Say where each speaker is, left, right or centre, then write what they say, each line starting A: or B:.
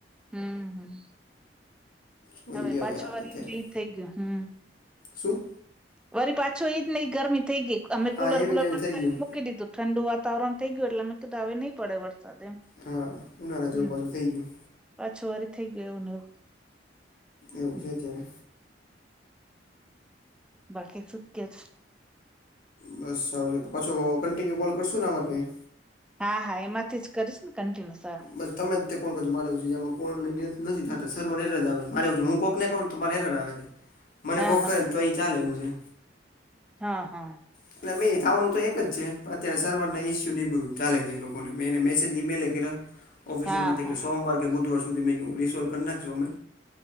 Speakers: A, in the centre; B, on the left.
A: હમ
B: શું
A: હવે
B: એ
A: પાછો
B: આવે
A: વાર
B: અત્યારે
A: નઈ થઇ ગયો હમ,
B: શું?
A: વરી પાછો એઈ જ નઈ ગરમી થઈ ગઈ અમે
B: હા
A: કુલર
B: એવી
A: વુલર
B: ને એવી
A: બંધ
B: થઈ
A: કરીને
B: ગયું
A: મૂકી દીધું, ઠંડુ વાતાવરણ થઈ ગયું એટલે અમે કીધા આવી નહી પડે વરસાદ એમ,
B: હા ઉનાળા જેવું
A: હમ
B: પાછું થઇ ગયું.
A: પાછો વારી થઈ ગયોને એવું,
B: એવું
A: હમ
B: છે અત્યારે,
A: બાકી સુ કે છ,
B: બસ સારું છે, તો પાછો કન્ટિન્યુ કોલ કરશું ને આમાં ક, <unintelligible>
A: હા હા એમાંથી જ કરીશને કન્ટિન્યુ સારું,
B: બસ તમે જ તે કોણ ક મારેવ છ છે જેમાં કોણ નથી થતા સર્વર એરર આવે મારે છું હું કોઈકનેં કોણ તો મારે એરર આવે છે.
A: <inaudible>
B: મને કોક
A: હા
B: કરે ને તો એ ચાલે એવું છે.
A: હા હા,
B: એટલે ભાઈ થવાનું તો એક જ છે પણ અત્યારે સર્વરના ઇસ્યુ નહીં બધું ચાલે છે એ લોકોને મેં એને મેસેજ ઇમેલે કર્યા. ઓફિસિયલમાં
A: હા હા
B: સોમવાર કે બુધવાર સુધી મે રિસોલ્ કરી નાખશું અમે,